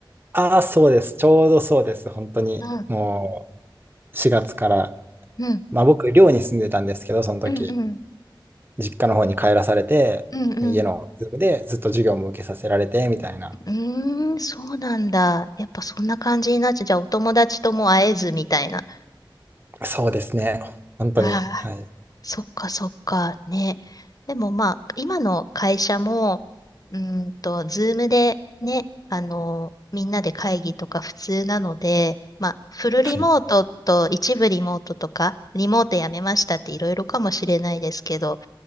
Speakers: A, on the right (about 25°); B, on the left (about 45°).
A: ああ、そうです。ちょうどそうです。本当にも
B: うん、
A: う4月から、
B: うん、
A: まあ僕寮に住んでたんですけど、その時。
B: うん、うん、
A: 実家の方に帰らされて、
B: うん、うん
A: 家のズームでずっと授業も受けさせられてみたいな。
B: うーん、そうなんだ。やっぱそんな感じになっちゃう。じゃあお友達とも会えずみたいな。あ
A: そうですね。本当に。
B: あ、
A: はい。
B: そっかそっか。ね。でもまあ、今の会社も、うーんと、ズームでね、あの、みんなで会議とか普通なので、まあ、フルリモートと一部リモートとか、
A: はい。
B: リモートやめましたっていろいろかもしれないですけど、